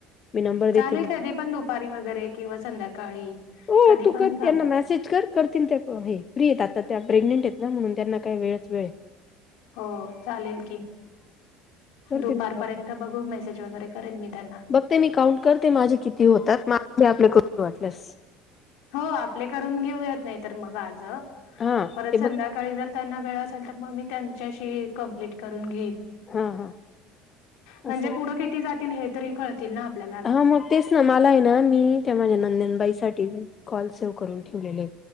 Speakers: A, on the left; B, on the left.
A: मी नंबर देते
B: चालेल
A: ना
B: कधी पण दुपारी वगैरे किंवा संध्याकाळी
A: हो
B: कधी
A: तू
B: पण
A: कर
B: चालेल
A: त्यांना मेसेज कर. करतील ते हे फ्री आहेत आता त्या, प्रेग्नेंट आहेत ना म्हणून त्यांना काय वेळच वेळ हे.
B: हो चालेल की,
A: करतील
B: दुपारपर्यंत
A: तुला कॉल
B: बघू मेसेज वगैरे करेन मी त्यांना,
A: ते मी काउंट करते माझे किती होतात मग <unintelligible> वाटल्यास
B: हो आपले करून घेऊयात नाही तर मग आज
A: हा
B: परत
A: ते
B: संध्याकाळी
A: बघ
B: जर त्यांना वेळ असेल तर मग मी त्यांच्याशी कंप्लीट करून घेईन
A: हा हा
B: म्हणजे
A: असं
B: पुढं किती जातील हे तरी कळतील ना. आपल्याला अजून
A: हा मग तेच ना मला आहे ना मी त्या माझ्या नंदनबाईसाठी कॉल सेव्ह करून ठेवलेले आहेत.